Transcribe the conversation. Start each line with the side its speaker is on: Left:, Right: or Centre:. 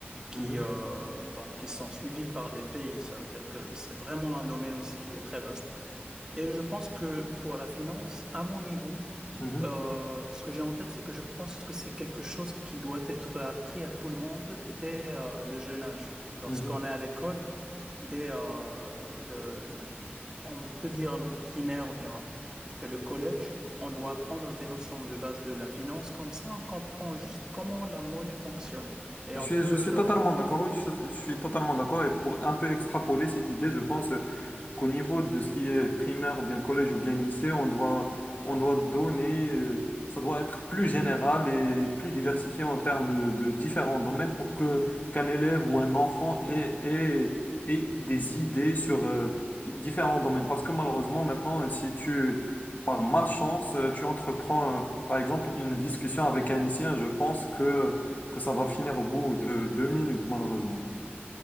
Right: qui,
Left: Mhm,
Right: euh, donc, qui sont suivies par des pays. Ça veut dire que c'est vraiment un domaine aussi qui est très vaste. Et je pense que pour la finance, à mon niveau,
Left: mhm,
Right: euh, ce que j'ai en tête, c'est que je pense que c'est quelque chose qui doit être appris à tout le monde dès euh, le jeune âge. Lorsqu'on
Left: mhm.
Right: est à l'école, dès euh, le, le- on peut dire le primaire ou bien le collège, on doit apprendre des notions de base de la finance. Comme ça, on comprend juste comment la monnaie fonctionne. Et
Left: Je
Right: on
Left: suis,
Right: peut
Left: je suis totalement
Right: euh,
Left: d'accord, oui, je, je suis totalement d'accord. Et pour un peu extrapoler cette idée, je pense euh, qu'au niveau de ce qui est primaire, ou bien collège, ou bien lycée, on doit, on doit donner, euh, ça doit être plus général et plus diversifié en termes de différents domaines pour que qu'un élève ou un enfant ait, ait- ait des idées sur euh, différents domaines. Parce que malheureusement, maintenant, si tu, par malchance, euh, tu entreprends, euh, par exemple, une discussion avec un lycéen, je pense que que ça va finir au bout de deux minutes, malheureusement.